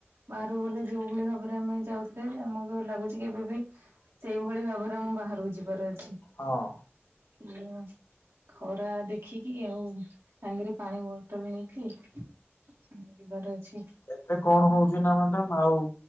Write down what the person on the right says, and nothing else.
ବାହାରୁକୁ ଗଲେ ଯୋଉ ଭଳି ଭାବରେ ଆମେ ଯାଉଥିଲେ ଆମକୁ ଲାଗୁଛି ଏବେ ବି ସେଇଭଳି ଭାବରେ ମୁଁ ବାହାରକୁ ଯିବାର ଅଛି।
<unintelligible> ଖରା ଦେଖିକି ଆଉ ସାଙ୍ଗରେ ପାଣି ବୋତଲ ନେଇକି। ହଁ ଯିବାର ଅଛି।